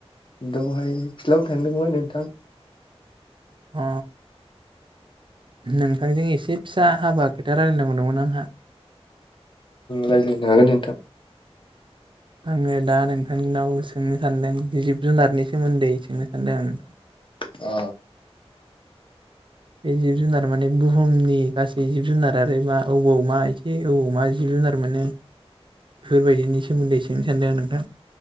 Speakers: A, on the left (about 50°); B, on the right (about 50°).
A: दहाय फिल्डआव थांदोंमोन नोंथां
B: अ नोंथांजों एसे फिसा हाबा खोथा रायज्लायनांगौ दंमोन आंहा
A: रायज्लायनो हागोन नोंथां
B: आङो दा नोंथांनाव सोंनो सान्दों जिब जुनारनि सोमोन्दै सोंनो सान्दों आं नोंथां
A: अ
B: बे जिब जुनार माने बुहुमनि गासै जिब जुनार आरो मा अबाव मा एसे अबाव मा जिब जुनार जुनार मोनो बेफोरबायदिनि सोमोनदै सोंनो सानदों आं नोंथां